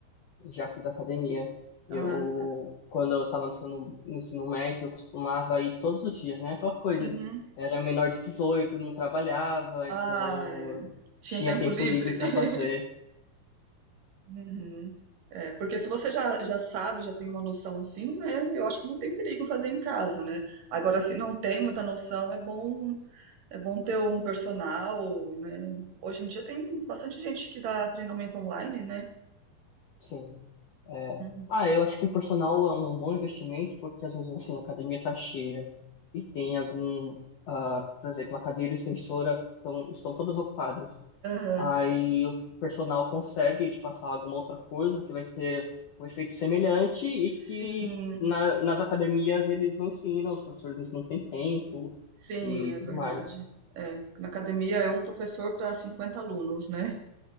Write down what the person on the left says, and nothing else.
Já fiz academia. Eu,
quando eu estava no ensino, no ensino médio, eu costumava ir todos os dias, né? Aquela coisa,
era menor de 18, não trabalhava,
então
tinha
tempo
livre para
fazer.
Sim. É,
Ah, eu acho que um personal é um bom investimento, porque às vezes assim, a academia tá cheia e tem algum, ah, por exemplo, a cadeira extensora estão, estão todas ocupadas.
Aí o personal consegue te passar alguma outra coisa que vai ter um efeito semelhante e
que na- nas academias eles não ensinam, os professores não têm tempo
e
tudo
mais.